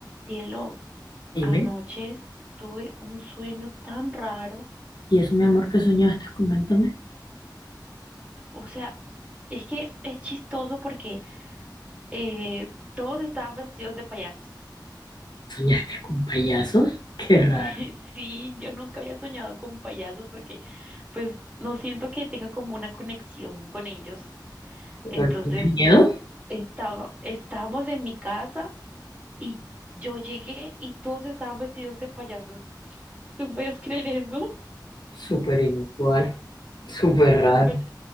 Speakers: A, on the right; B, on the left.
A: Cielo,
B: Dime,
A: anoche tuve un sueño tan raro.
B: ¿y eso, mi amor, que soñaste? Coméntame.
A: O sea, es que es chistoso porque eh, todos estaban vestidos de payasos.
B: ¿Soñaste con payasos? Qué raro.
A: <laughs> Sí, yo nunca había soñado con payasos porque pues no siento que tenga como una conexión con ellos. Entonces,
B: ¿Pero tienes miedo?
A: estaba, estábamos en mi casa y yo llegué y todos estaban vestidos de payasos. ¿Tú puedes creer eso?
B: Súper inusual, súper raro.
A: Súper